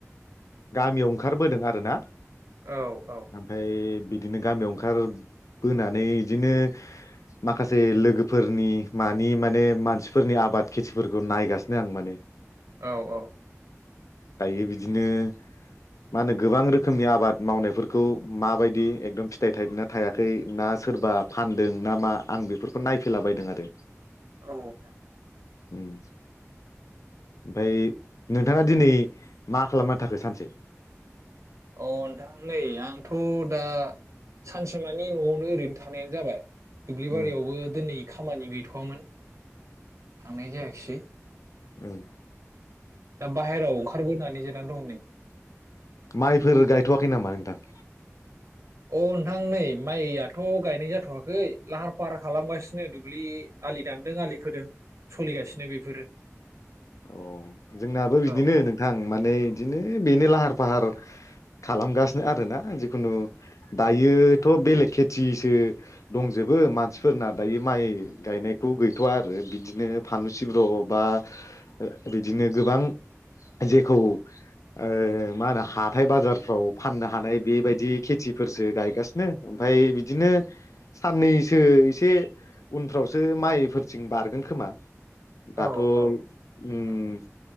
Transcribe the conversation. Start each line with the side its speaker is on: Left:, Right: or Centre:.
Left: गामियाव ओंखारबोदों आरो ना।
Right: औ औ
Left: आमफाय बिदिनो गामियाव ओंखार बोनानै इदिनो माखासे लोगोफोरनि मा नि माने मानसिफोरनि आबाद खेथिफोरखौ नायगासिनो आं माने
Right: औ औ
Left: दायो बिदिनो मा होनो गोबां रोखोमनि आबाद मावनायफोरखौ माबायदि एकदम फिथाइ थाइदोना थायाखै ना सोरबा फानदों ना मा आं बेफोरखौ नायफैलाबायदों आरो
Right: औ नोंथां
Left: ओम ओमफाय नोंथाङा दिनै मा खालामना थाखो सानसे?
Right: अ नोंथां नै आंथ' दा सानसेमानि न'आवनो ओरैनो थानायानो जाबाय दुब्लि बारियावबो
Left: उम
Right: दिनै खामानि गैथ'वामोन थांनाय जायाखैसै
Left: ओम
Right: दा बाहेरायाव ओंखारबोनानै जिराना दं नै
Left: माइफोर गायथ'वाखै नामा नोंथां?
Right: अ नोंथां नै माइयाथ' गायनाय जाथ'वाखै लाहार फाहार खालामगासिनो दुब्लि आलि दानदों आलि खोदों सोलिगासिनो बेफोरो
Left: अ जोंनाबो बिदिनो
Right: औ
Left: नोंथां माने इदिनो बेनो लाहार फाहार खालामगासिनो आरोना जिखुनु दायोथ' बेलेग खेथिसो दंजोबो मानसिफोरना दायो माइ गायनायखौ गैथ'वा आरो बिदिनो फानलु सिब्र' बा ओ बिदिनो गोबां जेखौ ओ मा होनो हाथाय बाजारफ्राव फाननो हानाय बेबायदि खेथिफोरसो गायगासिनो ओमफ्राय बिदिनो साननैसो इसे उनफ्रावसो माइफोरथिं बारगोन खोमा दाथ'
Right: औ
Left: ओम
Right: औ औ